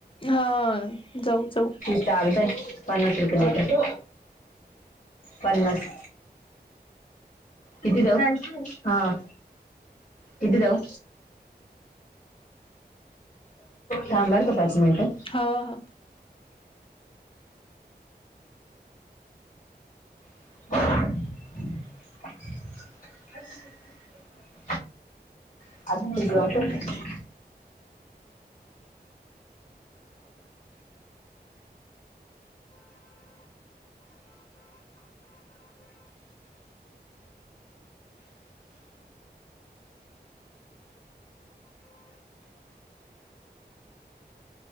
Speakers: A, on the left (about 30°); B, on the left (about 55°).
A: हा जाऊ जाऊ
B: <unintelligible> चालतय. पन्नास रुपये लिटर. पन्नास. किती देऊ? Thank you. हां. किती देऊ? थांब बर का पाच मिनिटं.
A: हं. ह.
B: <inaudible> अजून <unintelligible> अस.